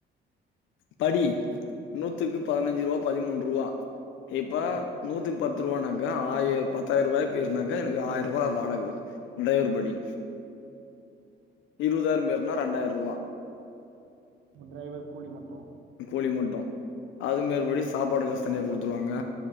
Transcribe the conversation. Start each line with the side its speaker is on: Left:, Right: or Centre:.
Left: படி நூத்துக்கு பதினஞ்சுருவா பதிமூன்ருவா இப்ப
Right: ம்
Left: நூத்துக்கு பத்துருவானாக்கா ஆய பத்தாயிருவாயா பேச்னாக்கா எனக்கு ஆயிர்ருவா வாடகவு டைவர் படி இருபதாயிரம் பேசனா ரெண்டாயிரூபா
Right: டிரைவர் கூலி மட்டும்
Left: கூலி மட்டும் அது மேற்படி சாப்பாடு காசு தனியா கொடுத்துருவாங்க